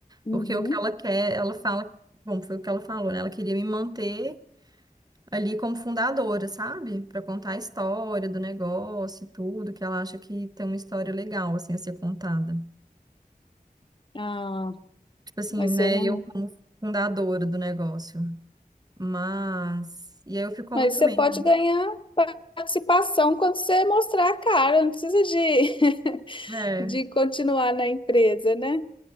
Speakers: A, on the left (about 35°); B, on the right (about 25°).
A: Uhum.
B: porque o que ela quer, ela fala. Bom, foi o que ela falou, né? Ela queria me manter ali como fundadora, sabe? Para contar a história do negócio e tudo, que ela acha que tem uma história legal, assim, a ser contada.
A: Ah,
B: Tipo assim,
A: mas
B: né?
A: você não.
B: Eu como fundadora do negócio. Mas. E aí eu fico com
A: Mas
B: muito
A: você
B: medo.
A: pode ganhar participação quando você mostrar a cara, não precisa de,
B: É.
A: <laughs> de continuar na empresa, né?